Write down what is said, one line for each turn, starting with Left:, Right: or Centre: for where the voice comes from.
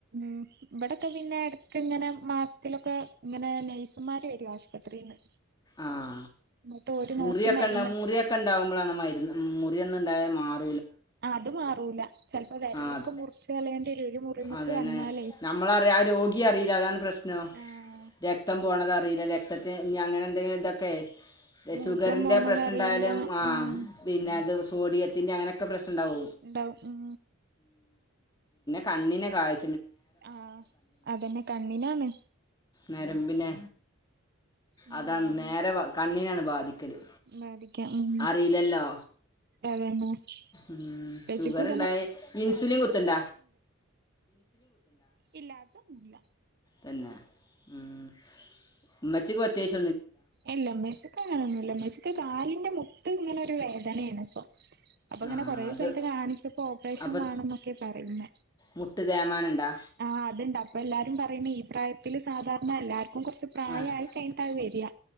Right: ഉം ഇവിടക്കെ പിന്നെ ഇടക്ക് ഇങ്ങനെ മാസത്തിലൊക്കെ അങ്ങനെ നഴ്സുമാര് വരും ആശുപത്രിന്ന്
Left: ആഹ
Right: എന്നിട്ട് ഓര്
Left: മുറിയൊക്കെ
Right: നോക്കി മരുന്ന്
Left: ഉണ്ട മുറിയൊക്കെ ഉണ്ടാവുമ്പോഴാണ് മരുന്ന് മുറിയുന്നുണ്ടായ മാത്രം
Right: അത് മാറൂല ചിലപ്പോ വിരലൊക്കെ
Left: ആ
Right: മുറിച്ച് കളയേണ്ടി വരും ഒരു മുറിമക്ക്
Left: അതന്നെ
Right: വന്നാലേ
Left: നമ്മളറിയ ആ രോഗിയ അറിയില്ല അതാണ് പ്രശ്നം
Right: ആഹ്
Left: രക്തം പോണതറിയില്ല രക്തത്തി ഇനി അങ്ങനെ എന്തെങ്കിലും ഇതൊക്കെ
Right: മൂത്രം
Left: ഷുഗറിന്റെ
Right: പോണതറിയില്ല
Left: പ്രശ്നം ഉണ്ടായാലും ആ
Right: ആഹ്
Left: പിന്നെ അത് സോഡിയത്തി്ൻ്റെ അങ്ങനെ ഒക്കെ പ്രശ്നം ഉാണ്ടാവും
Right: എന്താ ഉം
Left: കണ്ണിന് കാഴ്
Right: ആഹ അതെന്നെ കണ്ണിനാണ്
Left: നരമ്പിനെ
Right: ഉം
Left: അതാണ് നേരെ കണ്ണിനാണ് ബാധിക്കല്
Right: ബാധിക്കാം ഉം
Left: അറിയില്ലല്ലോ
Right: അതന്നെ
Left: ഉം
Right: ഉപ്പച്ചിക്കും
Left: ഷുഗർ ഇണ്ടായ ഇൻസുലിൻ കുത്തണ്ട
Right: ഇല്ലാത്ത ഒന്നൂല്ല
Left: തന്നെ മ്മ് ഉമ്മച്ചിക്ക് അത്യാവശ്യം
Right: എല്ലാം മേച്ചക്കണന്ന എല്ലാം ഉമ്മച്ചക്ക് കാലിന്റെ മുട്ട് ഇപ്പ ഇങ്ങനൊരു വേദനയാണ് അപ്പൊ അപ്പൊ അങ്ങനെ
Left: ആഹ്
Right: കൊറേ
Left: അത്
Right: സ്ഥലത്ത് കാണിച്ചപ്പോ ഓപ്പറേഷൻ
Left: അപ്പൊ
Right: വേണംന്നൊക്കെ പറയുന്ന
Left: മുട്ട് തേമാനണ്ടാ
Right: ആ അത്ണ്ട് അപ്പ എല്ലാരും പറയുന്ന ഈ പ്രായത്തില് സാധാരണ എല്ലും കുറച്ചച്ച് പ്രായമായിയി
Left: ആഹ്
Right: കഴിഞ്ഞട്ടാ അത് വരിക